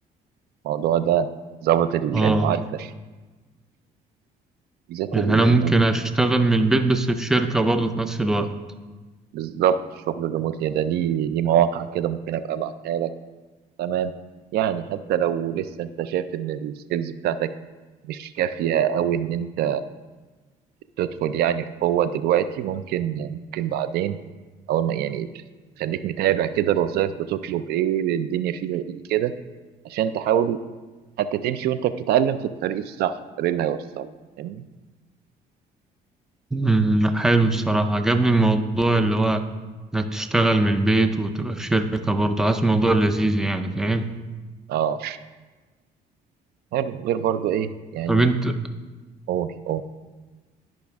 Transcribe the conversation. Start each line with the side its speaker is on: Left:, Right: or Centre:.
Right: الموضوع ده ظابط ال-
Centre: اه
Right: المعادلة بالذات
Centre: يعني
Right: ال-
Centre: أنا
Right: الم-
Centre: ممكن أشتغل من البيت بس في شركة برضه في نفس الوقت
Right: بالظبط الشغل الريموتلي ده ليه ليه مواقع كده ممكن أبقى أبعتها لك تمام يعني حتى لو لسه أنت شايف إن السكيلز بتاعتك مش كافية أو إن أنت تدخل يعني بقوة دلوقتي ممكن ممكن بعدين أول ما يعني خليك متابع كده الوظائف بتطلب إيه الدنيا فيها إيه كده عشان تحاول انت تمشي وانت بتتعلم في الطريق الصح الطريق اللي هيوصلك فاهمني
Centre: أمم، لأ، حلو الصراحة عجبني الموضوع اللي هو إنك تشتغل من البيت وتبقى في شركة برضه عايز موضوع لذيذ يعني فاهم
Right: اه حلو غير برضو ايه يعني
Centre: طب أنت
Right: قول قول